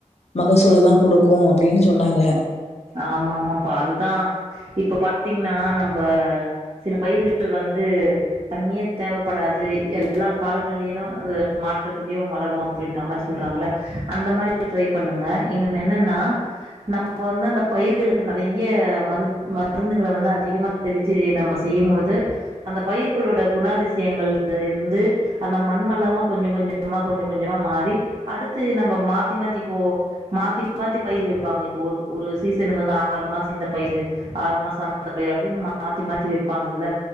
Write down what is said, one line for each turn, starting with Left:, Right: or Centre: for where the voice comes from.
Left: மகசூலதா குடுக்கு அப்டின்னு சொன்னாங்க
Right: ஆமா ஆமாம்ப்பா அதுதா இப்ப பாத்தீங்ன்னா நம்ப சில பயிர்கள் வந்து தண்ணியே தேவப்படாது எல்லா காலநிலையிலு அது மாற்றத்திலயு வளரு அப்டின்றா மாரி சொல்றாங்கல்ல அந்த மாரி ட்ரை பண்ணுங்க இன்னொன்னு என்னன்னா நம்ம வந்து அந்த பயிர்களுக்கு நெறைய மரு மருந்துங்கள வந்து அதிகமா தெளிச்சு நம்ம செய்யும்போது அந்த பயிர்களோட குணாதிசயங்கள்ல இருந்து அந்த மண் வளமு கொஞ்ச கொஞ்சமா கொஞ்ச கொஞ்சமா மாறி அடுத்து நம்ம மாத்தி மாத்தி இப்போ மாத்தி மாத்தி பயிர் வைப்பாங்க இப்போ ஒரு ஒரு சீச னுக்கு வந்து ஆறு மாசோ இந்த பயிரு ஆறு மாசோ அந்த பயிரு அப்டின்னு மாத்தி மாத்தி வைப்பாங்கல்ல